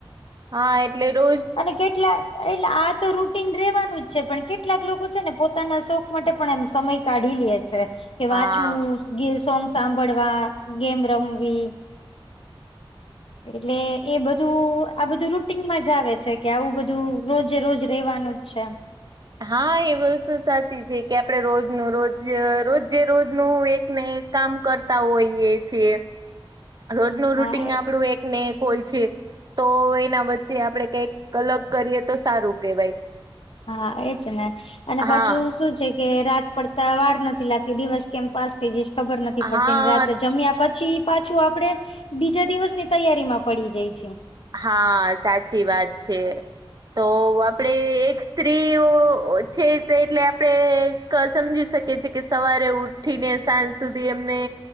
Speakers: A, on the right; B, on the left.
A: હા એટલે રો.
B: અને કેટલા એટલે આ. તો રૂટીન રેવાનું જ છે પણ કેટલાક લોકો છે ને પોતાના શોખ માટે પણ એમ સમય કાઢી લે છે. કે વાંચવું
A: હા
B: ગિલ સોંગ સાંભળવા ગેમ રમવી. એટલે એ બધું આ બધું રૂટીનમાં જ આવે છે કે આવું બધું રોજે રોજ રેવાનું જ છે.
A: હા એ વસ્તુ સાચી છે કે આપડે રોજનું રોજ રોજ જે રોજનું એક ને એક. કામ કરતા હોઈએ છે.
B: <inaudible>
A: રોજનું
B: હા
A: રૂટિગ
B: એ
A: આપડું એક. એક ને એક હોય છે તો એના વચ્ચે આપડે કઈક અલગ કરીએ તો સારું કેવાય.
B: હા એજ ને અને પાછું
A: હા
B: શું છે કે રાત. પડતા વાર નથી લાગતી દિવસ કેમ પાસ થઈ જાય છે. ખબર નથી પડતી
A: હા
B: અને રાત્રે જમ્યા પછી પાછું આપડે. બીજા દિવસ ની તૈયારી માં પડી જાય છે.
A: હા સાચી વાત છે. તો આપડે એક સ્ત્રીઓ છે એટલે આપડે. સમજી શકે છે કે સવારે ઉઠીને સાંજ સુધી એમને.